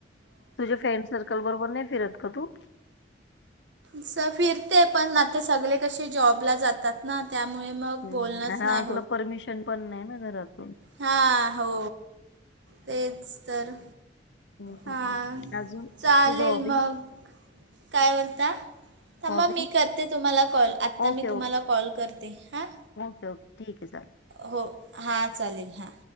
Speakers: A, on the left; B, on the right.
A: तुझे फ्रेंड सर्कल बरोबर नाही फिरत का तू.
B: स फिरते पण आता सगले कशे जॉबला जातात ना त्यामुळे मग
A: हम्म
B: बोलणंच
A: हम्म अहा
B: नाही
A: तुला परमिशन पण नाही ना घरात
B: हा हो तेच तर
A: हं, हं,
B: हा
A: हं. अजून
B: चालेल
A: तुझं हॉबी?
B: मग. काय बोलता थांबा
A: हॉबी?
B: मी करते तुम्हाला कॉल आत्ता
A: ओके,
B: मी
A: ओके.
B: तुम्हाला कॉल करते हां.
A: ओके ओके ठीक आहे चालेल.
B: हो हां चालेल हां.